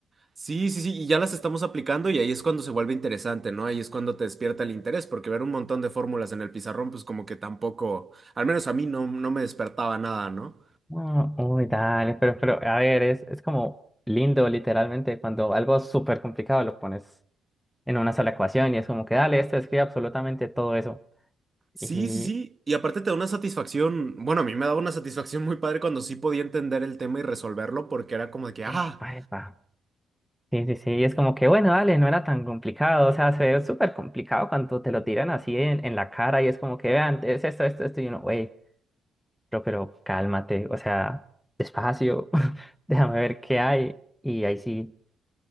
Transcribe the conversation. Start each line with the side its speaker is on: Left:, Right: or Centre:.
Right: Sí, sí, sí, y ya las estamos aplicando y ahí es cuando se vuelve interesante, ¿no? Ahí es cuando te despierta el interés, porque ver un montón de fórmulas en el pizarrón, pues como que tampoco, al menos a mí no, no me despertaba nada, ¿no?
Centre: Ah, uy, dale, pero, pero, a ver, es, es como lindo, literalmente, cuando algo súper complicado lo pones en una sola ecuación y es como que dale, esto escribe absolutamente todo eso.
Right: Sí,
Centre: Y,
Right: sí, sí. Y aparte te da una satisfacción, bueno, a mí me daba una satisfacción muy padre cuando sí podía entender el tema y resolverlo porque era como de que, ah,
Centre: epa, epa. Sí, sí, sí, es como que bueno, dale, no era tan complicado, o sea, se ve súper complicado cuando te lo tiran así en, en la cara y es como que vean, es esto, esto, esto, y uno, güey, pero, pero cálmate, o sea, despacio, <laughs> déjame ver qué hay, y ahí sí,